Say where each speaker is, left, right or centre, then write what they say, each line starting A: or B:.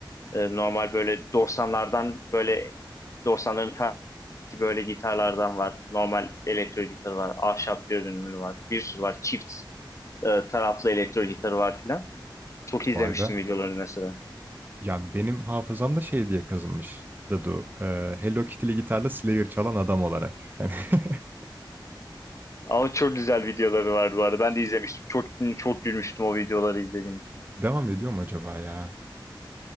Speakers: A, on the left; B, on the right.
A: e, normal böyle 90'lardan böyle 90'ların Ki böyle gitarlardan var. Normal elektro gitar var. Ahşap görünümlü var. Bir sürü var. Çift e, taraflı elektro gitarı var filan. Çok izlemiştim
B: Vay be.
A: videoları mesela.
B: Ya benim hafızamda şey diye kazınmış. Dadu. Ee, Hello Kitty'li gitarla Slayer çalan adam olarak. Hani <laughs>
A: Ama çok güzel videoları vardı bu arada. Ben de izlemiştim. Çok çok gülmüştüm o videoları izlediğimde.
B: devam ediyor mu acaba ya?